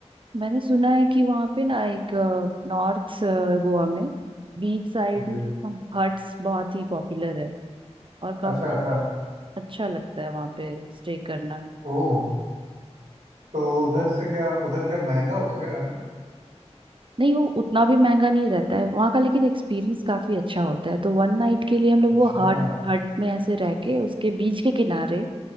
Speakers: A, on the right; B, on the right.
A: मैंने सुना है कि वहाँ पे ना एक नॉर्थ गोवा में बीच साइड
B: जी
A: हट्स बहुत ही पॉपुलर है और काफी
B: अच्छा अच्छा
A: अच्छा लगता है वहाँ पे स्टे करना
B: ओह तो उधर से क्या उधर क्या महंगा होगा क्या रहना
A: नहीं वो उतना भी महंगा नहीं रहता है वहाँ का लेकिन एक्सपीरियंस काफी अच्छा होता है तो वन नाइट के लिए हम लोग
B: अच्छा
A: वो हट हट में ऐसे रह के उसके बीच के किनारे